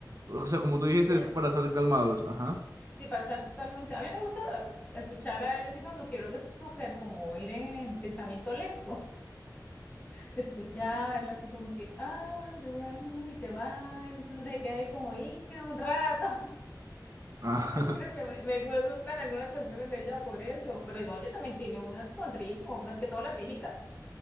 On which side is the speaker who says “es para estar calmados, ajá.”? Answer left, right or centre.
Right